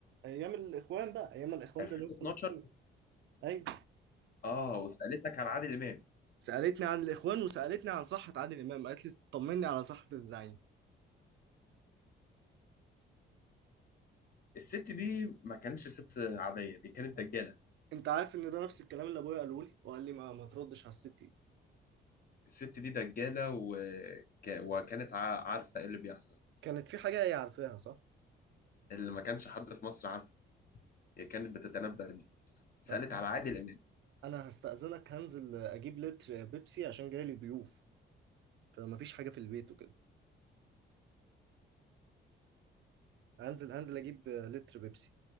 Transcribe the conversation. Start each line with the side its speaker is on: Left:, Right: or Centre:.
Right: أيام الإخوان بقى أيام الإخوان
Left: 2012
Right: كانوا لسه ماسكين أيوة
Left: اه وسألتك عن عادل إمام
Right: سألتني عن الإخوان وسألتني عن صحة عادل إمام قالت لي طمني على صحة الزعيم
Left: الست دي ما كانتش ست عادية دي كانت دجالة
Right: أنت عارف إن ده نفس الكلام اللي أبويا قاله لي وقال لي ما, ما تردش على الست دي
Left: الست دي دجالة وك... وكانت ع- عارفة ايه اللي بيحصل
Right: كانت في حاجة هي عارفاها صح؟
Left: اللي ما كانش حد في مصر عارفه هي كانت بتتنبأ بيه سألت
Right: طب
Left: على عادل إمام
Right: أنا هستأذنك هنزل أجيب لتر بيبسي عشان جاي لي ضيوف فمفيش حاجة في البيت وكده هنزل هنزل أجيب لتر بيبسي